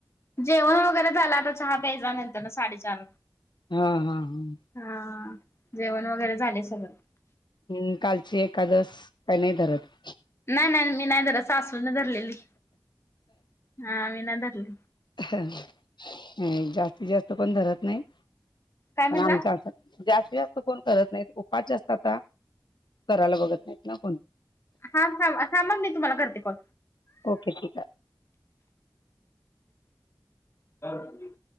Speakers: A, on the left (about 35°); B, on the left (about 75°).
A: जेवण वगैरे झालं आता चहा प्यायचा नंतरन साडेचार
B: हां हां हां.
A: हां जेवण वगैरे झालंय सगळं.
B: हम्म कालची एकादस काय नाही धरत?
A: नाही नाही मी नाही धरत सासूनं धरलेली हां मी नाही धरली.
B: <unintelligible> जास्तीत जास्त कोण धरत नाही
A: काय म्हणला
B: पण आमच्या आता जास्तीत जास्त कोण करत नाहीत उपास जास्त आता करायला बघत नाहीत ना कोण?
A: हां थांबा थांबा मी तुम्हाला करते कॉल.
B: ओके ठीक आहे.
A: <inaudible>